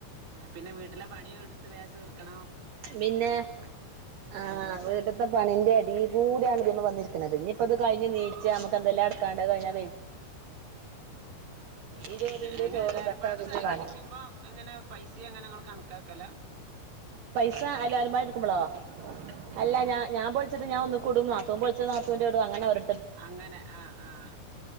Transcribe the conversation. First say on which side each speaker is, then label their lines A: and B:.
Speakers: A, on the right; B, on the right.
A: പിന്നെ വീട്ടിലെ പണിയ എടുത്ത് വേം തീർക്ക കണം
B: പിന്നെ ആഹ വീട്ടത്തെ പണിന്റെ എടി കൂടിയാണ് ഇതിമൽ വന്നിരിക്കുന്നത് പിന്ന ഇപ്പ അത് കിഞ് നീച്ച് നമു എന്തൊല്ലം ഇടക്കാണ്ട് അതു കഴിഞ്ഞ ഈ ജോലിണ്ട്
A: അങ്ങനെ
B: ചോറും
A: എല്ലാരുംപാട്
B: ഇതൊക്കെ പിന്നിം
A: സകരിക്കുമ്പോ
B: വേണം
A: അങ്ങനെ പൈസ അങ്ങനെങ്ങ കണക്കാക്കല
B: <unintelligible> എടുക്കുമ്പോളോ അല്ല ഞാൻ ഞാ ൻ പൊളിച്ചത് ഞാൻ ഒന്നിക്കുടും നാത്തൂൻ പൊളിച്ചത് നാത്തൂന്റെ ഇടും അങ്ങനെ ഒരൊ
A: അങ്ങനെ ആ ആഹ്